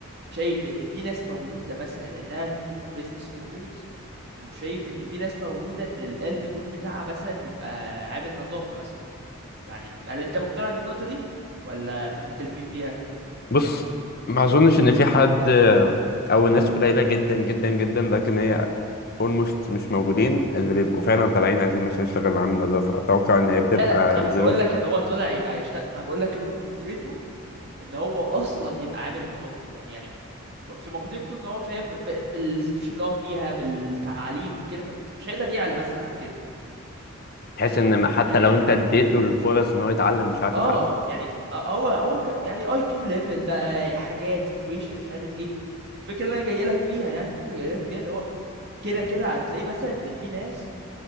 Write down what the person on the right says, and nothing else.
شايف ان في ناس مولوده مثلا انها تكون بيزنس اونرز وشايف ان في ناس مولوده ان الاند جول بتاعها مثلا يبقى عامل نظافه مثلا يعني هل انت مقتنع بالنقطه دي ولا احنا مختلفين فيها
لا لا انا مش
بقول لك ان هو طالع يبقى يشتغل انا بقول لك انه قدرته ان هو اصلا يبقى عامل نظافه يعني يعني م- في مقدرته ان هو فاهم ب- بالسيتويشن اللي هو فيها بالتعليم وكده مش هيقدر يعلى مثلا عن كده
ف... ف...
ف- يعني
اه
يعني آه، هو هو ك... يعني اي كيو ليفل بقى حاجات سيتويشن مش عارف ايه الفكره اللي انا جاي لك فيها يعني النقطه اللي جاي لك فيها ان هو كده كده هتلاقي مثلا ان في ناس